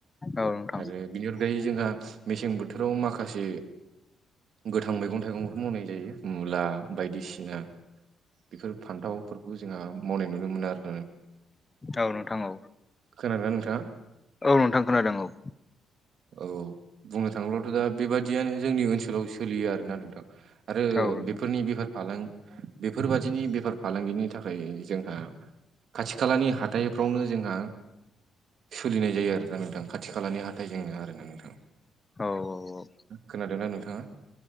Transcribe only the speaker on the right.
आरो बिनि अनगायै जोंहा मेसें बोथोराव माखासे। गोथां मैगं थाइगंफोर मावनाय जायो मुला बायदिसिना। बेफोर फान्थावफोरखौ जोंहा मावनाय नुनो मोनो आरो।
खोनादोना नोंथाङा।
औ बुंनो थाङोब्लाथ' दा बेबादियानो जोंनि ओनसोलाव सोलियो आरोना नोंथां। आरो
बेफोरनि बेफार फालां बेफोरबादिनि बेफार फालांगिनि थाखाय जोंहा। खाथि खालानि हाथाइफ्रावनो जोंहा सोलिनाय जायो आरोना नोंथां खाथि खालानि हाथाय जेंना आरोोना नोंथां।
खोनादोंना नोंथाङा